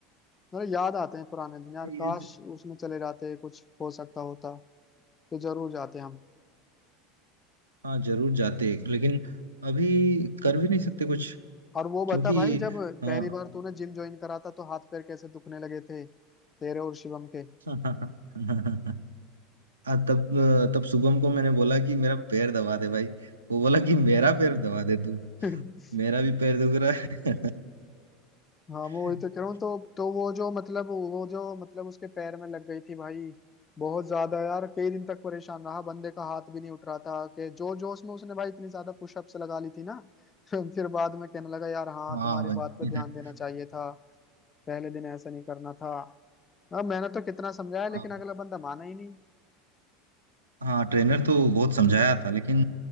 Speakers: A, on the left (about 25°); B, on the right (about 80°).
A: मतलब याद आते हैं पुराने दिन यार
B: ये
A: काश उसमें चले जाते कुछ हो सकता होता तो जरूर जाते हम
B: हाँ जरूर जाते लेकिन अभी कर भी नहीं सकते कुछ
A: और वो बता
B: क्योंकि
A: भाई जब
B: हाँ
A: पहली बार तूने जिम ज्वाइन करा था तो हाथ पैर कैसे दुखने लगे थे तेरे और शिवम के
B: <laughs> हाँ, तब तब शुभम को मैंने बोला कि मेरा पैर दबा दे भाई वो बोला कि मेरा पैर दबा दे तू
A: <laughs>
B: मेरा भी पैर दुख रहा है
A: हाँ मैं वही
B: <laughs>
A: तो कह रहा हूँ तो तो वो जो मतलब वो जो मतलब उसके पैर में लग गई थी भाई बहुत ज्यादा यार कई दिन तक परेशान रहा बंदे का हाथ भी नहीं उठ रहा था कि जो जोश में उसने भाई इतनी ज्यादा पुशअप्स लगा ली थी ना <laughs> फिर बाद में कहने लगा यार हाँ
B: हाँ
A: तुम्हारी
B: भाई
A: बात पे ध्यान
B: <laughs>
A: देना चाहिए था पहले दिन ऐसा नहीं करना था अब मैंने तो कितना समझाया लेकिन
B: हाँ
A: अगला बंदा माना ही नहीं
B: हाँ ट्रेनर तो बहुत समझाया था लेकिन